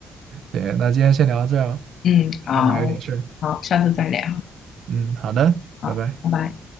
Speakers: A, on the right (about 75°); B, on the left (about 65°).
A: 行，那今天先聊到这儿吧，
B: 嗯，好，
A: 那我还有点事儿
B: 好，下次再聊，
A: 嗯，好的，
B: 好，
A: 拜拜。
B: 拜拜。